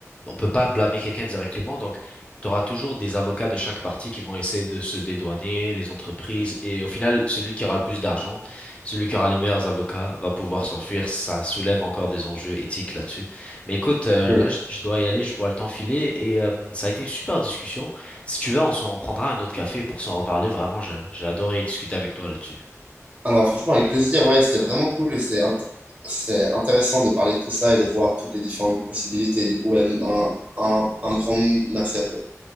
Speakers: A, on the left; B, on the right.
A: on peut pas blâmer quelqu'un directement. Donc, tu auras toujours des avocats de chaque partie qui vont essayer de se dédouaner, les entreprises. Et au final, celui qui aura le plus d'argent, celui qui aura les meilleurs avocats, va pouvoir s'enfuir. Ça soulève encore des enjeux éthiques là-dessus. Mais écoute, euh,
B: Oui.
A: là, je, je dois y aller. Je vois le temps filer. Et euh, ça a été une super discussion. Si tu veux, on s'en prendra un autre café pour s'en reparler. Vraiment, je- j'ai adoré discuter avec toi là-dessus.
B: Alors, franchement, avec plaisir, ouais, c'était vraiment cool et c'était int- c'était intéressant de parler de tout ça et de voir toutes les différentes possibilités. Du coup, ouais, un, un, un grand merci à toi.